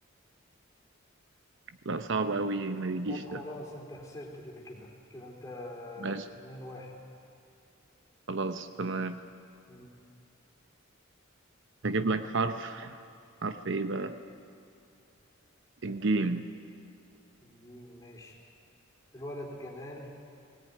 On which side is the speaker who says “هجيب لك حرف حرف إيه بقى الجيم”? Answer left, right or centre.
Right